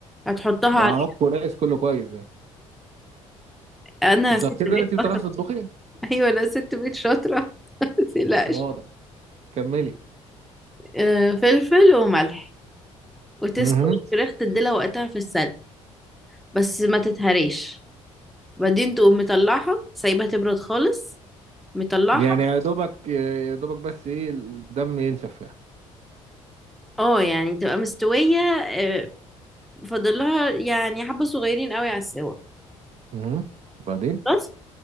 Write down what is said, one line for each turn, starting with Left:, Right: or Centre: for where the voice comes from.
Centre: هتحطها
Right: ده
Centre: عليه
Right: عك وناقص كله كويس ده
Centre: أنا
Right: انت
Centre: ست
Right: متاكده
Centre: بيت
Right: ان انت بتعرفي
Centre: شاطرة <laughs>
Right: تطبخي
Centre: أيوة أنا ست بيت شاطرة <laughs> متقلقش
Right: واضح كملي
Centre: أه، فلفل وملح وتسوي
Right: امم
Centre: الفراخ تديلها وقتها في السلق بس ما تتهريش بعدين تقوم مطلعها سايبها تبرد خالص مطلعها
Right: يعني يا دوبك يا دوبك بس ايه الدم ينشف يعني
Centre: اه يعني تبقى مستوية أه، فاضل لها يعني حبة صغيرين قوي على السوا
Right: امم بعدين
Centre: خلاص